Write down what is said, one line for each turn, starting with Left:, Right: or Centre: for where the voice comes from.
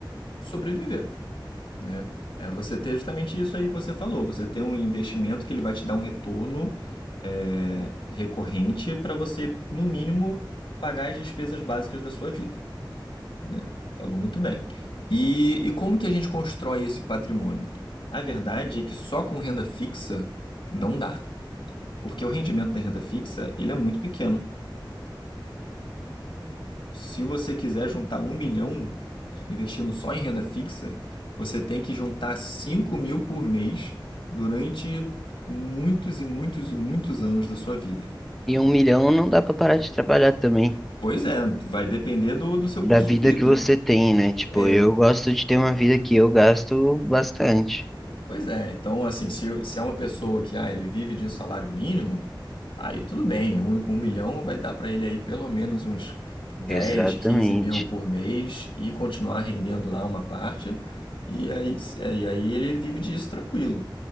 Left: sobreviver. né? É você ter justamente isso aí que você falou, você ter um investimento que ele vai te dar um retorno é, recorrente para você, no mínimo, pagar as despesas básicas da sua vida, né? Falou muito bem. E, e como que a gente constrói esse patrimônio? A verdade é que só com renda fixa não dá, porque o rendimento da renda fixa ele é muito pequeno. se você quiser juntar um milhão investindo só em renda fixa, você tem que juntar cinco mil por mês durante muitos e muitos e muitos anos da sua vida.
Centre: E um milhão não dá pra parar de trabalhar também,
Left: Pois é, vai depender do, do seu
Centre: da
Left: custo
Centre: vida
Left: de vida.
Centre: que você tem, né? Tipo,
Left: É,
Centre: eu gosto de ter uma vida que eu gasto bastante.
Left: Pois é, então assim, se, se é uma pessoa que ah, ele vive de um salário mínimo, aí tudo bem, um, um milhão vai dar para ele aí pelo menos uns dez
Centre: Exatamente.
Left: quinze mil por mês e continuar rendendo lá uma parte, e aí, se- e aí ele vive disso tranquilo.